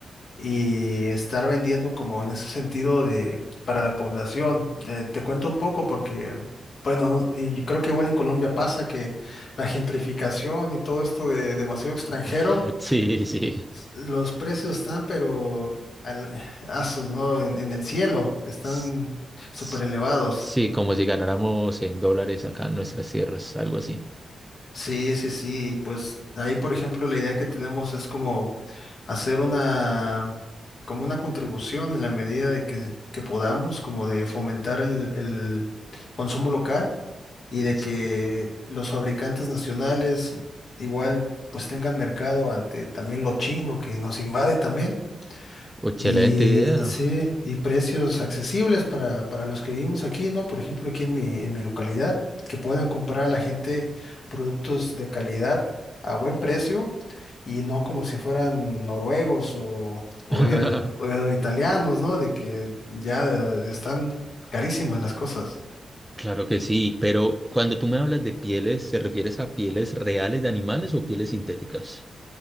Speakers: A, on the left; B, in the centre.
A: y estar vendiendo como en ese sentido de para la población. Eh, te cuento un poco porque, bueno, y yo creo que igual en Colombia pasa que la gentrificación y todo esto de demasiado extranjero,
B: <laughs> Sí, sí.
A: los precios están, pero al, asos, ¿no? En, en el cielo, están
B: S-
A: súper
B: s-
A: elevados.
B: Sí, como si ganáramos en dólares acá en nuestras tierras, algo así.
A: Sí, sí, sí. y Pues ahí, por ejemplo, la idea que tenemos es como hacer una, como una contribución en la medida de que, que podamos, como de fomentar el, el consumo local y de
B: Es-
A: que los fabricantes nacionales igual pues tengan mercado ante también lo chino que nos invade también.
B: Excelente
A: Y
B: idea.
A: sí, y precios accesibles para, para los que vivimos aquí, ¿no? Por ejemplo, aquí en mi, en mi localidad, que puedan comprar a la gente productos de calidad a buen precio y no como si fueran noruegos o, o
B: <laughs>
A: i- o italianos, ¿no? De que ya eh, están carísimas las cosas.
B: Claro que sí, pero cuando tú me hablas de pieles, ¿se refieres a pieles reales de animales o pieles sintéticas?